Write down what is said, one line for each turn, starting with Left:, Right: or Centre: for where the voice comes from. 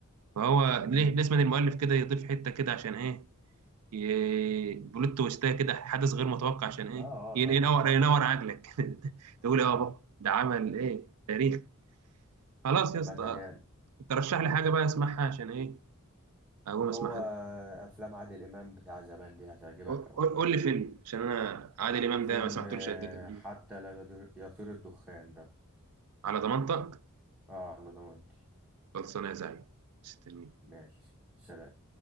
Right: فهو
Centre: امم
Right: ليه لازم المؤلف كده يضيف حته كده عشان ايه ي- بلوت تويستايه كده حدث غير متوقع عشان ايه
Centre: اه
Right: ين-
Centre: اه طبعا
Right: ينور
Centre: اه
Right: ينور عقلك <laughs> تقول إيه،
Centre: اه
Right: اه بابا ده عمل ايه تاريخ خلاص يا
Centre: مثلا
Right: اسطى
Centre: يعني
Right: ترشح لي حاجه بقى اسمعها عشان ايه اقوم اسمعها
Centre: هو افلام عادل امام بتاع زمان دي هتعجبك
Right: قول
Centre: اوي
Right: قول لي فيلم عشان انا عادل امام
Centre: فيلم
Right: ده ما سمعتلوش
Centre: آه،
Right: قد كده
Centre: حتى لا يطير يطير الدخان ده
Right: على ضمانتك
Centre: اه على ضمانتي
Right: خلصانه يا زعيم مستنيك
Centre: ماشي سلام